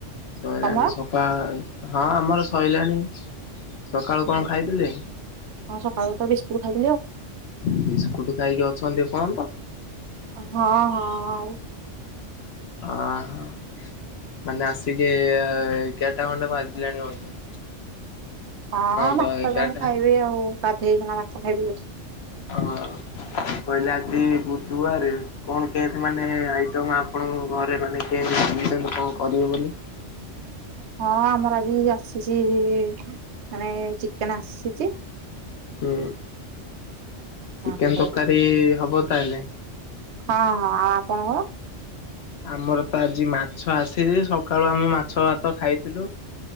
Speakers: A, on the left; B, on the right.
A: ସରିଲାଣି
B: ତମର?
A: ସକାଳ ହଁ ଆମର ସଇଲାଣି। ସକାଳୁ
B: ହୁଁ
A: କଣ ଖାଇଥିଲେ?
B: ହଁ ସକାଳୁ ତ ବିସ୍କୁଟ ଖାଇଥିଲି ଆଉ।
A: ବିସ୍କୁଟ ଖାଇକି ଅଛନ୍ତି ଏପର୍ଯ୍ୟନ୍ତ?
B: ହଁ ହଁ ଆଉ
A: ଓ ହୋ। ମାନେ ଆସିକି ଏଗାରଟା ଖଣ୍ଡେ ବାଜିଲାଣି ବୋଧେ?
B: ହଁ
A: ତ
B: ଭାତ
A: ଏଗାରଟା
B: ଯାଇ ଖାଇବି ଆଉ ଗାଧେଇ କିନା ଭାତ ଖାଇବି।
A: ହଁ। କହିଲେ ଆଜି ବୁଧବାର କଣ କେମିତି ମାନେ ଆଇଟମ ଆପଣଙ୍କ ଘରେ ମାନେ କେନ୍ତି? ଏମିତି ଏମିତି କଣ କରିବ ବୋଲି?
B: ହଁ ଆମର ଆଜି ଆସିଛି ମାନେ ଚିକେନ ଆସିଛି।
A: ହୁଁ
B: ତାପରେ
A: ଚିକେନ ତରକାରୀ ହବ ତାହେଲେ।
B: ହଁ ହଁ ଆଉ ଆପଣଙ୍କର?
A: ଆମର ତ ଆଜି ମାଛ ଆସିିଲି ସକାଳୁ ଆମେ ମାଛ ଭାତ ଖାଇଥିଲୁ।